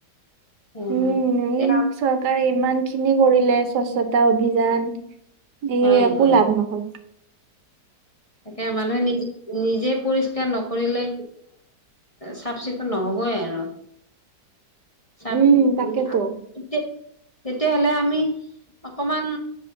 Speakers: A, on the left; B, on the right.
A: অ
B: উম এই
A: এতিয়া
B: চৰকাৰে ইমান খিনি কৰিলে স্বচ্ছতা অভিযান এই
A: হয়
B: একো
A: হয়
B: লাভ নহ'ল
A: তাকে মানুহে নিজে নিজে পৰিষ্কাৰ নকৰিলে চাফ চিকুণ নহ'বই আৰু চাফ
B: উম,
A: উম
B: তাকেতো।
A: তেতিয়াহলে আমি অকণমান